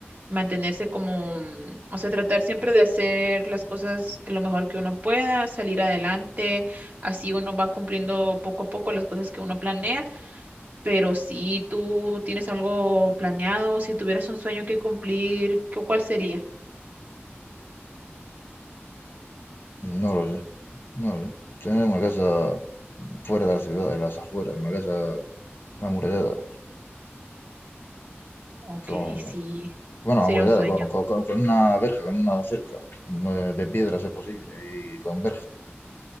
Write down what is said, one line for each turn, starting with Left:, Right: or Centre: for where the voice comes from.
Right: mantenerse como, mm, o sea, tratar siempre de hacer las cosas lo mejor que uno pueda, salir adelante, así uno va cumpliendo poco a poco las cosas que uno planea, pero si tú tienes algo planeado, si tuvieras un sueño que cumplir, ¿cu- ¿cuál sería?
Left: No lo sé, no lo sé. Tener una casa fuera de la ciudad, en las afueras, una casa amurallada.
Right: Ok,
Left: Con,
Right: sí,
Left: bueno,
Right: sería
Left: amurallada,
Right: un sueño.
Left: con, con- con- con una verja, con una cerca, no, de piedras es posible, y con verja